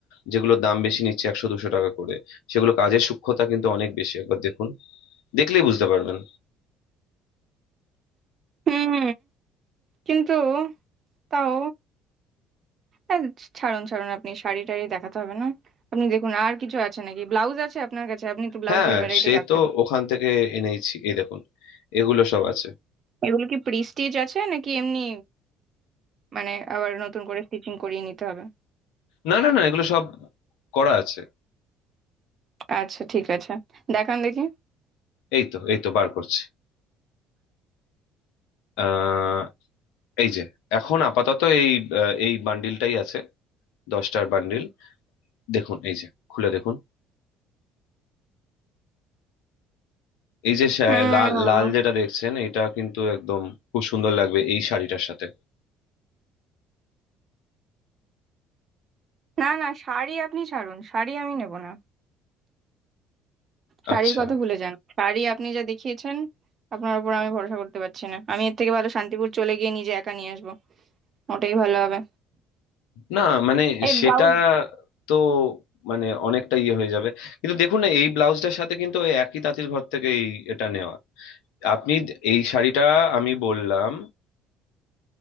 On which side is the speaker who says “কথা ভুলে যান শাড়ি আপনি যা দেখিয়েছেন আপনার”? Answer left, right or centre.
Right